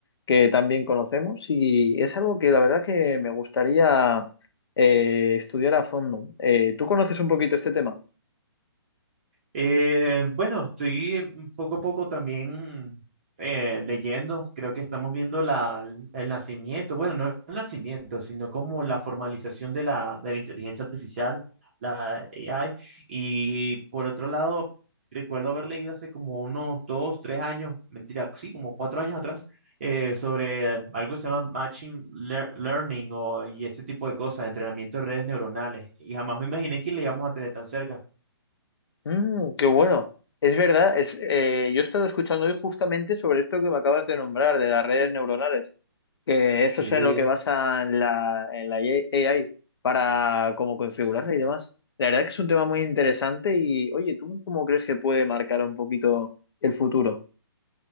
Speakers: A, on the left; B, on the right.
A: que también conocemos. Y es algo que la verdad que me gustaría eh, estudiar a fondo. Eh, ¿tú conoces un poquito este tema?
B: Eh, bueno, estoy eh, un poco a poco también eh, leyendo, creo que estamos viendo la, el nacimiento, bueno, no el nacimiento, sino como la formalización de la, de la inteligencia artificial, la AI. Y por otro lado, recuerdo haber leído hace como unos dos, tres años, mentira, sí, como cuatro años atrás, eh, sobre algo que se llama Machine lear- Learning o, y ese tipo de cosas, entrenamiento de redes neuronales. Y jamás me imaginé que le íbamos a tener tan cerca.
A: Mm, qué bueno. Es verdad, es, eh, yo he estado escuchando hoy justamente sobre esto que me acabas de nombrar, de las redes neuronales, que eso
B: Sí.
A: es en lo que basan la, en la AI para como configurarla y demás. La verdad que es un tema muy interesante y, oye, ¿tú cómo crees que puede marcar un poquito el futuro?